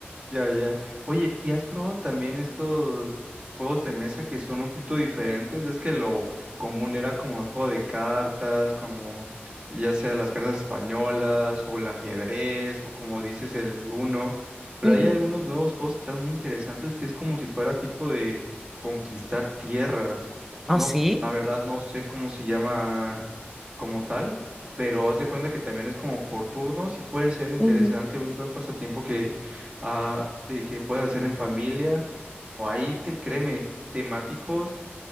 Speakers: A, on the right (about 30°); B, in the centre.
A: Ya, ya. Oye, ¿y has probado también estos juegos de mesa que son un poquito diferentes? Es que lo común era como el juego de cartas, como ya sea las cartas españolas o el ajedrez o como dices el uno, pero
B: Ujú.
A: hay algunos nuevos juegos tan muy interesantes que es como si fuera tipo de conquistar tierras.
B: ¿Así?
A: No, la verdad no sé cómo se llama como tal, pero haz de cuenta que también es como por turnos y puede ser interesante
B: Ujú.
A: un buen pasatiempo que, ah, eh, que puedas hacer en familia o ahí te créeme temáticos